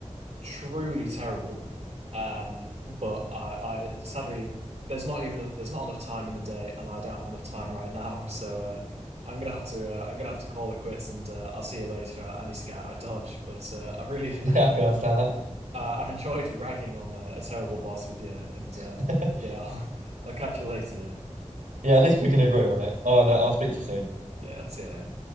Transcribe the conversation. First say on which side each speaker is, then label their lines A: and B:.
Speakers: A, on the right; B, on the right.
A: truly terrible. Um, but I, I sadly there's not even there's not enough time in the day, and I don't have enough time right now. <laughs> So uh, I'm gonna have to uh, I'm gonna have to call it quits, and uh, I'll see you later. I, I need to get out of Dodge, but uh, I've really
B: <laughs> Yeah, I
A: <laughs>
B: can understand
A: Uh, I've enjoyed ragging on uh, a terrible boss with you, and um,
B: that.
A: yeah,
B: <laughs>
A: <laughs> I'll, I'll catch you later. Yeah,
B: Yeah, at least we can agree on it. I'll,
A: Hmm.
B: uh, I'll speak to you soon.
A: yeah, I'll see you later.